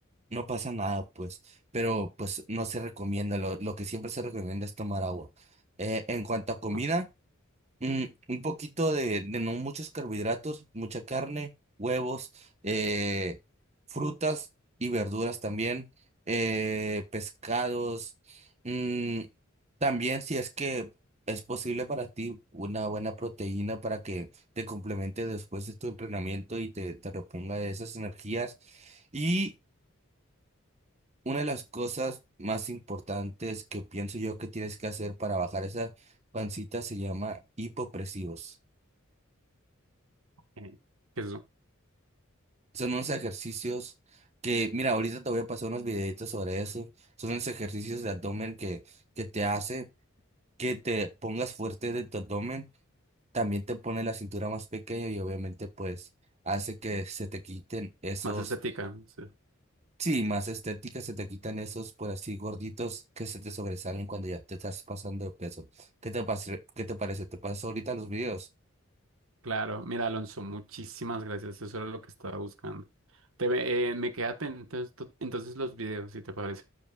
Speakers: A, on the right; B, on the right.
A: No pasa nada, pues, pero pues no se recomienda, lo, lo que siempre se recomienda es tomar agua. Eh, en cuanto a comida,
B: Ah,
A: mm, un poquito de, de no muchos carbohidratos, mucha carne, huevos, eh, frutas y verduras también, eh, pescados, mm, también si es que es posible para ti una buena proteína para que te complemente después de tu entrenamiento y te, te reponga de esas energías. Y una de las cosas más importantes que pienso yo que tienes que hacer para bajar esa pancita se llama hipopresivos.
B: eh, ¿qué es eso?
A: Son unos ejercicios que, mira, ahorita te voy a pasar unos videitos sobre eso. Son unos ejercicios de abdomen que, que te hace que te pongas fuerte de tu abdomen. También te pone la cintura más pequeña y obviamente pues hace que se te quiten esos
B: Más estética. sí.
A: Sí, más estética, se te quitan esos por así gorditos que se te sobresalen cuando ya te estás pasando de peso. ¿Qué te parece? ¿Qué te parece? ¿Te paso ahorita los videos?
B: Claro, mira Alonso, muchísimas gracias, eso era lo que estaba buscando. Te, ve- eh, me queda pendiente esto- entonces los videos, si te parece.